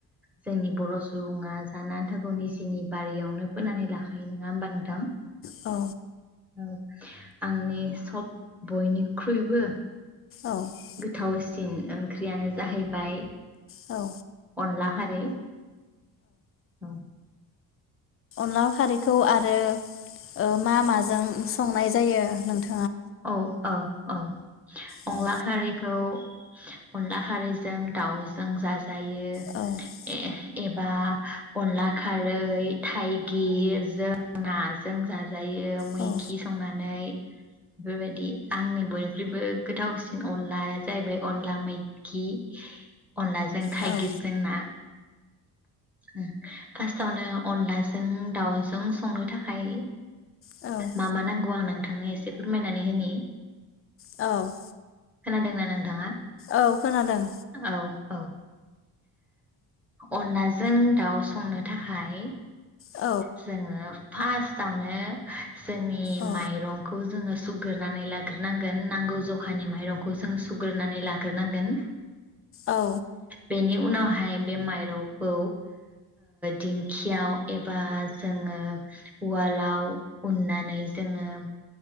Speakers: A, in the centre; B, on the left.
A: जोंनि बर' सुबुङा जानो आन्थाखौ निजिनि बारियावनो फोननानै लाखायो नङा होमबा नोंथां।
B: औ
A: औ आंनि सब बयनिख्रुइबो
B: औ
A: गोथाव सिन ओंख्रियानो जाहैबाय
B: औ
A: अनला खारै औ।
B: अनलाव खारैखौ आरो ओ मा माजों संनाय जायो नोंथां
A: औ औ औ
B: औ
A: अनला खारैखौ अनला खारैजों दाउजों जा जायो
B: औ
A: <unintelligible> एबा अनला खारै थाइ गिर जों ना जों जाजायो मैखि
B: औ
A: संनानै बेफोरबायदि आंनि बयनिख्रुइबो गोथावसिन अनलाया जाहैबाय अनला मैखि। अनलाजों थाइगिरजों
B: औ
A: ना। उम फार्स्टावनो अनलाजों दावजों संनो थाखाय
B: औ
A: मा मा नांगौ आं नों थांनो एसे फोरमायनानै होनि।
B: औ
A: खोनादोंना नोंथाङा।
B: औ खोनादों
A: औ औ अनलाजों दाउ संनो थाखाय
B: औ
A: जोंङो फार्स्टआवनो जोंनि
B: औ
A: माइरंखौ जोङो सुग्रोनानै लाग्रोनांगोन नांगौ जखानि माइरंखौ जों सुग्रोनानै लाग्रोनांगोन।
B: औ।
A: बेनि उनावहाय बे माइ रंखौ दिंखियाव एबा जोङो उवालाव उननानै जोङो